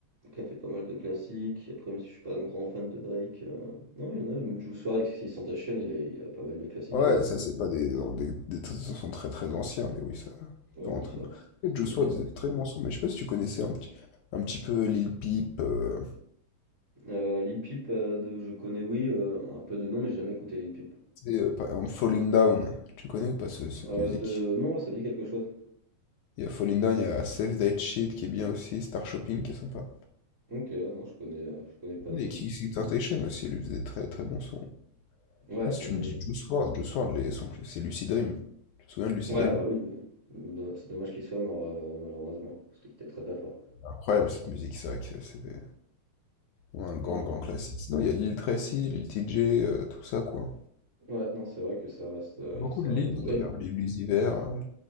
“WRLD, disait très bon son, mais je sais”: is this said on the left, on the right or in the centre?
Left